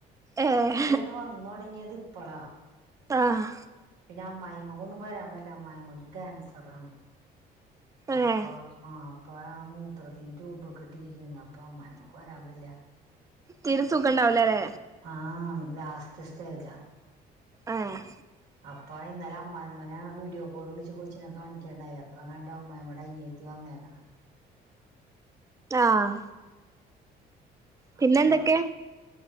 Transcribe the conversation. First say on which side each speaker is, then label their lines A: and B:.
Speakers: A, on the right (about 20°); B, on the right (about 80°).
A: ഏഹ്
B: ഇപ്പാണ് വന്ന തുടങ്ങിയത് ഇപ്പളാ
A: ആഹ്
B: പിന്നെ അമ്മായിമ്മക്കന്നും വരാൻ പറ്റില്ല അമ്മായിമ്മയ്ക്ക് ക്യാൻസറണ് അപ്പോ
A: ഏഹ്
B: ആ അപ്പോ മൂത്രത്തിന് ട്യുബക്കെ ഇട്ടിരിക്കാണ് അപ്പോ അമ്മായിമ്മാക്ക് വരാൻ പറ്റില്ല
A: തീരെ സുഖണ്ടാവൂലല്ലേ
B: ആഹ് ലാസ്റ്റ് സ്റ്റേജാ
A: ആഹ്
B: അപ്പോ ഇന്നാലെ അമ്മായിമ്മനെ വീഡിയോ കോൾ വിളിച്ച് കൊച്ചിനെ കാണിക്കേണ്ടായി അപ്പോ അമ്മായിമ്മാന്റെ അനിയ ത്തിവന്നെക്ക്ണ്
A: ആഹ് പിന്നെന്തൊക്കെ
B: അപ്പോ